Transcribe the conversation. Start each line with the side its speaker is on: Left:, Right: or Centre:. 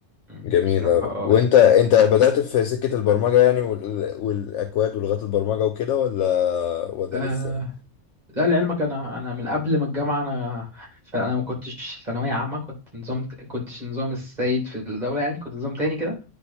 Right: مم،
Left: جميل
Right: بصراحه
Left: أوي
Right: اه
Left: وانت انت بدأت في سكة البرمجة يعني وال... والاكواد ولغات البرمجة وكده ولا ولا
Right: يعني.
Left: لسه
Right: لا لعلمك انا انا من قبل ما الجامعه انا فانا ما كنتش ثانويه عامه كنت نظام كنتش نظام السيد في الدوله يعني كنت نظام تاني كده